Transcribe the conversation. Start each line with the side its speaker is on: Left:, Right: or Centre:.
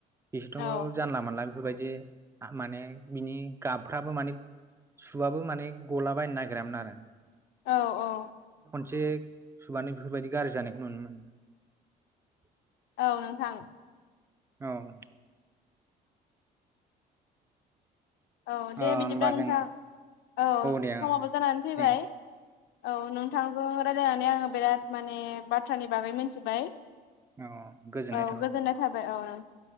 Right: बिसोरथ'
Left: औ
Right: जानला मोनला बेफोरबायदि जे माने बिनि गाबफ्राबो माने सुबाबो माने गला बायनो नागिरामोन आरो
Left: औ औ।
Right: मोनसे सुबानो बेफोरबायदि गाज्रि जानायखौ नुनो मोनो।
Left: औ नोंथां।
Right: औ
Left: औ दे
Right: ओ होमबा
Left: बिदिब्ला नोंथाङा
Right: जों
Left: औ
Right: दे ओं
Left: समाबो जानानै फैबाय।
Right: जों
Left: औ नोंथांजों रायजलायनानै आङो बिराद माने बाथ्रानि बागै मिथिबाय
Right: औ गोजोननाय
Left: औ
Right: थाबाय
Left: गोजोननाय थाबाय औ।